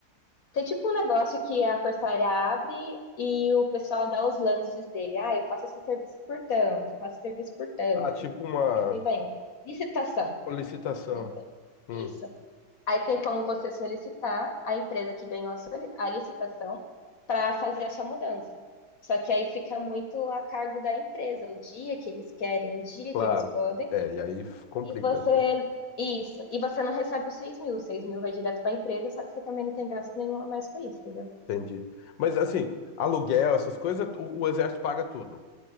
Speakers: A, on the left; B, on the left.
A: Tem tipo um negócio que a Força Aérea abre e o pessoal dá os lances dele. Ah, eu faço esse serviço por tanto, faço esse serviço por tanto.
B: Ah, tipo uma
A: E assim vai indo. Licitação.
B: solicitação.
A: Lembra?
B: Hum,
A: Isso. Aí tem como você solicitar a empresa que ganhou a, soli- a licitação para fazer a sua mudança. Só que aí fica muito a cargo da empresa, o dia que eles querem, o dia
B: claro.
A: que eles podem,
B: É, e aí complica.
A: e você. Isso. E você não recebe os seis mil. Os 6 mil vai direto para a empresa, só que você também não tem gasto nenhum a mais com isso, entendeu?
B: Entendi. Mas assim, aluguel, essas coisas, o o exército paga tudo.